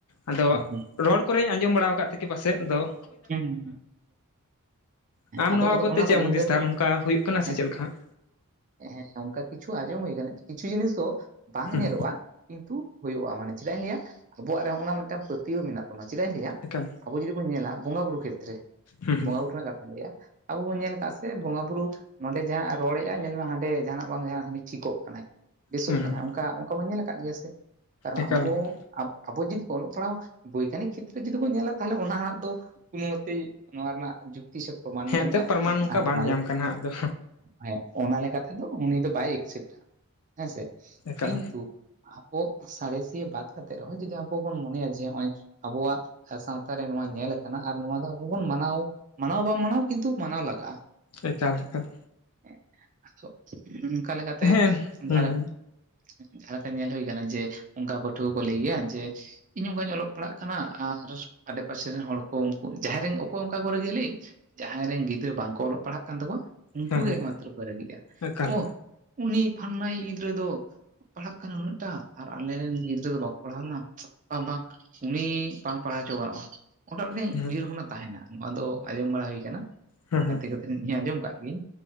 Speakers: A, on the left; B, on the right.
A: ᱟᱫᱚ
B: ᱦᱮᱸ
A: ᱨᱚᱲ ᱠᱚᱨᱮᱧ ᱟᱸᱡᱚᱢ ᱵᱟᱲᱟᱣ ᱟᱠᱟᱫ ᱛᱮᱜᱮ ᱯᱟᱥᱮᱫ ᱫᱚ
B: <unintelligible> ᱦᱮᱸ
A: ᱟᱢ
B: ᱟᱫᱚ
A: ᱱᱚᱣᱟ
B: ᱟᱫᱚ
A: ᱵᱟᱵᱚᱫ
B: ᱚᱱᱟ
A: ᱛᱮ ᱪᱮᱫ
B: ᱫᱚ
A: ᱮᱢ
B: ᱩᱱᱨᱮᱜᱮ
A: ᱦᱩᱫᱤᱥ ᱮᱫᱟ ᱱᱚᱝᱠᱟ ᱦᱩᱭᱩᱜ ᱠᱟᱱᱟ
B: ᱦᱮᱸ
A: ᱥᱮ ᱪᱮᱫ ᱞᱮᱠᱟ ᱦᱟᱸᱜ
B: ᱦᱮᱸ ᱚᱱᱠᱟ ᱠᱤᱪᱷᱩ ᱟᱸᱡᱚᱢ ᱦᱩᱭ ᱠᱟᱱᱟ ᱠᱤᱪᱷᱩ ᱡᱤᱱᱤᱥ ᱫᱚ ᱵᱟᱝ
A: ᱦᱩᱸ
B: ᱧᱮᱞᱚᱜ-ᱟ ᱠᱤᱱᱛᱩ ᱦᱩᱭᱩᱜ-ᱟ ᱢᱟᱱᱮ ᱪᱮᱫᱟᱜ ᱤᱧ ᱞᱟᱹᱭᱟ ᱟᱵᱚᱣᱟᱜ ᱨᱮᱦᱚᱸ ᱚᱱᱟ ᱢᱤᱫᱴᱟᱝ ᱯᱟᱹᱛᱭᱟᱹᱣ ᱢᱮᱱᱟᱜ ᱚᱱᱟ ᱪᱮᱫᱟᱜ ᱤᱧ ᱞᱟᱹᱭᱟ
A: ᱮᱠᱟᱞ
B: ᱟᱵᱚ ᱡᱩᱫᱤ ᱵᱚᱱ ᱧᱮᱞᱟ ᱵᱚᱸᱜᱟ ᱵᱩᱨᱩ ᱠᱷᱮᱛᱨᱮ
A: ᱦᱩᱸ ᱦᱩᱸ
B: ᱵᱚᱸᱜᱟ ᱵᱩᱨᱩ ᱨᱮᱱᱟᱜ ᱠᱟᱛᱷᱟᱧ ᱞᱟᱹᱭᱟ ᱟᱵᱚ ᱵᱚᱱ ᱧᱮᱞ ᱠᱟᱫ ᱥᱮ ᱵᱚᱸᱜᱟ ᱵᱩᱨᱩ ᱱᱚᱸᱰᱮ ᱡᱟᱦᱟᱸ ᱨᱚᱲᱮᱟᱭ ᱧᱮᱞ ᱢᱮ ᱦᱟᱸᱰᱮ ᱡᱟᱦᱟᱱᱟᱜ ᱵᱟᱝ ᱡᱟᱸᱦᱟᱸ ᱪᱷᱤᱠᱚᱜ ᱠᱟᱱᱟᱭ᱾ ᱵᱮᱥᱚᱜ
A: ᱦᱩᱸ
B: ᱠᱟᱱᱟ
A: ᱦᱩᱸ
B: ᱚᱱᱠᱟ ᱚᱱᱠᱟ ᱵᱚᱱ ᱧᱮᱞ ᱟᱠᱟᱫ ᱜᱮᱭᱟ ᱥᱮ ᱠᱟᱨᱚᱱ
A: ᱮᱠᱟᱞ
B: ᱟᱵᱚ
A: ᱮᱠᱟᱞ
B: ᱟᱵ ᱟᱵᱚ ᱡᱩᱫᱤ ᱚᱞᱚᱜ ᱯᱟᱲᱦᱟᱣ ᱵᱳᱭᱜᱟᱱᱤᱠ ᱠᱷᱮᱛᱨᱮ ᱡᱩᱫᱤ ᱵᱚ ᱧᱮᱞᱟ ᱛᱟᱦᱚᱞᱮ ᱚᱱᱟ ᱦᱟᱸᱜ ᱫᱚ ᱠᱩᱢᱚᱛᱤ ᱱᱚᱣᱟ ᱨᱮᱱᱟᱜ ᱡᱩᱠ ᱛᱤᱥᱮ ᱯᱨᱚᱢᱟᱱ
A: ᱦᱮᱸ
B: ᱵᱟᱹᱱᱩᱜᱼᱟ
A: ᱮᱱᱛᱮᱫ ᱯᱨᱚᱢᱟᱱ ᱱᱚᱝᱠᱟ
B: ᱟᱨ
A: ᱵᱟᱝ
B: ᱚᱱᱟ
A: ᱧᱟᱢ
B: ᱦᱮᱸ
A: ᱠᱟᱱᱟ ᱟᱫᱚ
B: ᱦᱮᱸ ᱚᱱᱟ ᱞᱮᱠᱟ ᱛᱮᱫᱚ ᱩᱱᱤ ᱫᱚ ᱵᱟᱭ ᱮᱠᱥᱮᱯᱴᱟ ᱦᱮᱸᱥᱮ
A: ᱮᱠᱟᱞ
B: ᱠᱤᱱᱛᱩ ᱟᱵᱚ ᱥᱟᱬᱮᱥᱤᱭᱟᱹ ᱵᱟᱫ ᱠᱟᱛᱮ ᱨᱮᱦᱚᱸ ᱡᱩᱫᱤ ᱟᱵᱚ ᱵᱚᱱ ᱢᱚᱱᱮᱭᱟ ᱡᱮ ᱚᱸᱭ ᱟᱵᱚᱣᱟᱜ ᱥᱟᱶᱛᱟ ᱨᱮ ᱱᱚᱣᱟ ᱧᱮᱞ ᱠᱟᱱᱟ ᱟᱨ ᱱᱚᱣᱟ ᱫᱚ ᱟᱵᱚ ᱵᱚᱱ ᱢᱟᱱᱟᱣ ᱢᱟᱱᱟᱣ ᱵᱟᱢ ᱢᱟᱱᱟᱣ ᱠᱤᱱᱛᱩ ᱢᱟᱱᱟᱣ ᱞᱟᱜᱟᱜ-ᱟ᱾
A: ᱮᱠᱟᱞ ᱮᱠᱟᱞ
B: <unintelligible> ᱚᱱᱠᱟ ᱞᱮᱠᱟᱛᱮ
A: ᱦᱮᱸ ᱦᱩᱸ
B: ᱡᱟᱦᱟᱸ ᱞᱮᱠᱟ ᱡᱟᱦᱟᱸᱞᱮᱠᱟ ᱧᱮᱞ ᱦᱩᱭ ᱠᱟᱱᱟ ᱡᱮ ᱚᱱᱠᱟ ᱯᱟᱹᱴᱷᱩᱣᱟᱹ ᱠᱚ ᱞᱟᱹᱭ ᱜᱮᱭᱟ ᱡᱮ ᱤᱧ ᱚᱱᱠᱟᱧ ᱚᱞᱚᱜ ᱯᱟᱲᱦᱟᱜ ᱠᱟᱱᱟ ᱟᱸ <unintelligible> ᱟᱰᱮ ᱯᱟᱥᱮ ᱨᱮᱱ ᱦᱚᱲ ᱠᱚ ᱩᱱᱠᱩ ᱡᱟᱦᱟᱸᱭ ᱨᱮᱱ ᱚᱠᱚᱭ ᱚᱱᱠᱟ ᱠᱚ ᱨᱟᱹᱜᱤᱜ-ᱟ ᱞᱟᱹᱭ ᱤᱧ ᱡᱟᱦᱟᱸᱭ ᱨᱮᱱ ᱜᱤᱫᱽᱨᱟᱹ ᱵᱟᱝᱠᱚ ᱚᱞᱚᱜ ᱯᱟᱲᱦᱟᱜ ᱠᱟᱱ ᱛᱟᱠᱚᱣᱟ ᱩᱱᱠᱩ
A: ᱦᱮᱸ ᱦᱮᱸ
B: ᱜᱮ ᱮᱠᱢᱟᱛᱨᱚ ᱠᱚ ᱨᱟᱹᱜᱤᱜ-ᱟ
A: ᱮᱠᱟᱞ
B: ᱚᱦ ᱩᱱᱤ ᱯᱷᱟᱱᱱᱟᱭᱤᱡ ᱜᱤᱫᱽᱨᱟᱹ ᱫᱚ ᱯᱟᱲᱦᱟᱜ ᱠᱟᱱᱟ ᱩᱱᱟᱹᱜ ᱴᱟ ᱟᱨ ᱟᱞᱮᱨᱮᱱ ᱜᱤᱫᱽᱨᱟᱹ ᱫᱚ ᱵᱟᱠᱚ ᱯᱟᱲᱦᱟᱣ ᱞᱮᱱᱟ ᱵᱟᱝ ᱵᱟᱝ ᱩᱱᱤ ᱵᱟᱝ ᱯᱟᱲᱦᱟᱜ <unintelligible> ᱜᱟᱱᱚᱜᱼᱟ᱾ ᱚᱰᱟ ᱚᱰᱤᱧ
A: ᱦᱩᱸ
B: ᱩᱭᱦᱟᱹᱨ ᱠᱷᱚᱱᱟᱜ ᱛᱟᱦᱮᱱᱟ ᱱᱚᱣᱟ ᱫᱚ ᱟᱸᱡᱚᱢ ᱵᱟᱲᱟ ᱦᱩᱭ ᱟᱠᱟᱱᱟ
A: ᱦᱩᱸ
B: ᱜᱟᱛᱮ
A: ᱦᱩᱸ
B: ᱠᱚᱛᱮᱱ ᱤᱧ ᱦᱚᱸ ᱟᱸᱡᱚᱢ ᱠᱟᱜ-ᱟ ᱜᱤᱭᱤᱞ